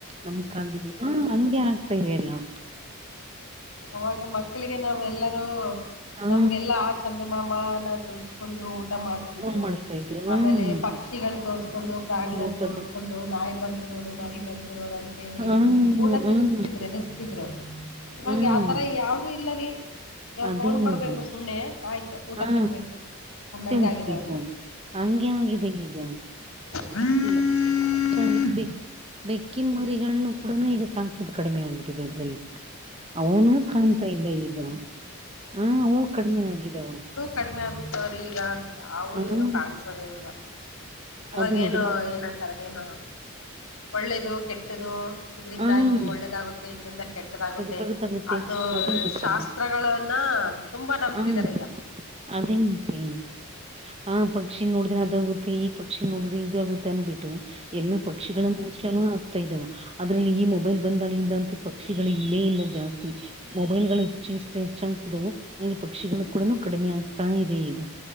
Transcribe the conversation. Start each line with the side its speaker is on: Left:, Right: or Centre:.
Right: ನಮ್ಮ ಕಾಲದಲ್ಲಿ. ಹಾಗೆ ಆಗ್ತಾ ಇದೆ ಎಲ್ಲಾ.
Left: ಅವಾಗ ಮಕ್ಕಳಿಗೆ ನಾವ ಎಲ್ಲರೂ
Right: ಹ
Left: ನಮ್ಗೆಲ್ಲಾ. ಚಂದಮಮನ ತೋರ್ರಿಸಿಕೊಂಡು ಊಟ ಮಾಡಿಸಿ
Right: ಫೋನ್ ಮಾಡಿಸ್ತಾ ಇದ್ರು ಹ್ಮ್
Left: ಆಮೇಲೆ ಪಕ್ಷಿಗಳು ತೋರ್ಸ್ಕೊಂಡು ಪ್ರಾಣಿಗಳು
Right: ಕುತ್ಕೊಂಡ್ ಊಟ
Left: ತೋರ್ಸ್ಕೊಂಡು
Right: ಮಾಡ
Left: ನಾಯಿ ಬಂತು ನೋಡು ಮರಿ ಬಂತು. ಅಂತ ಹೇಳಿ
Right: ಹ್ಮ್
Left: ಊಟ
Right: ಹ್ಮ್
Left: ತಿನ್ಸ್ತಿದ್ರೆ
Right: ಹ್ಮ್
Left: ಎದರಿಸುತಿದ್ರು ಇವಾಗ
Right: ಹ್ಮ್
Left: ಯಾವತಾರ. ಯಾವ್ದೂಇಲ್ಲಾರಿ. ಯಾವಾಗ
Right: ಅದೇ
Left: ಫೋನ್ ಕೊಡ್ಬೇಕು
Right: ನೋಡ್ರಿ
Left: ಸುಮ್ಮ್ನೆ ಆಯ್ತು ಊಟ
Right: ಹಾ
Left: ತಿನ್ಬೇಕು ಹಂಗ
Right: ತಿನ್ಸ್ಬೇಕು
Left: ಆಗಿದ ಅವ್ರಿಗೆ.
Right: ಹಂಗೆ ಆಗಿದೆ ಈಗ.
Left: ಹ್ಮ್
Right: <unintelligible> ಬೆಕ್ಕಿನ ಮರಿಗಳನ್ನ ಕೂಡ ಈಗ ಸಾಕದು ಕಡಿಮೆ ಆಗ್ಬಿಟ್ಟಿದೆ ಅದರಲ್ಲಿ. ಅವನುೂ ಕಾಣ್ತಾ ಇಲ್ಲ ಈಗ ಅವು ಕಡಿಮೆ ಆಗಿದಾವ.
Left: ಕಡಿಮೆ ಆಗುತ್ತೆ. <unintelligible> ಈಗ. ಯಾವು ಏನು
Right: ಹ್ಮ
Left: ಕಾಣಸೋದೇ ಇಲ್ಲ ಇವಾಗೇಏನು
Right: ಅದೇ ನೋಡಿ ಮ
Left: ಏನಂತಾರದೇನು ಒಳ್ಳೇದು ಕೆಟ್ಟ್ದು ಇದ್ರಿಂದ
Right: ಹ್ಮ
Left: ಇದು ಒಳ್ಳೇದಾಗುತ್ತೆ ಇದ್ರಿಂದ ಕೆಟ್ಟದಾಗುತ್ತೆ.
Right: ಬಡತಾಗುತ್ತೆ
Left: ಅದು
Right: ಅದೇ ಮತ್ತೆ
Left: ಶಾಸ್ತ್ರಗಳನ್ನ ತುಂಬಾ ನಂಬ್ತಿದಿದ್ದಾರೆ
Right: ಹ್ಮ
Left: ಈಗ.
Right: <unintelligible> ಹ. ಪಕ್ಷಿ ನೋಡಿದ್ರೆ ಅದಾಗುತ್ತೆ ಈ ಪಕ್ಷಿ ನೋಡಿದ್ರೆ ಇದು ಆಗುತ್ತೆ ಅಂದಬಿಟ್ಟು ಎಲ್ಲ ಪಕ್ಷಿಗಳನ್ನ ಆಗ್ತಾ ಇದಾದೇ ಅದ್ರಲ್ಲಿ ಈ ಮೊಬೈಲ್ ಬಂದ್ ಆಗ್ಲಿಂದ ಅಂತೂ ಪಕ್ಷಿಗಳ ಇಲ್ಲೇ ಇಲ್ಲ ಜಾಸ್ತಿ. ಮೊಬೈಲ್ಗಳು ಹೆಚ್ಚ ಇಷ್ಟ ಹೆಚ್ಚಾಗ್ತಿದವು. ಅಲ್ಲಿ ಪಕ್ಷಿಗಳು ಕೂಡ ಕಡಿಮೆ ಆಗ್ತಾ ಇದೆ ಈಗ.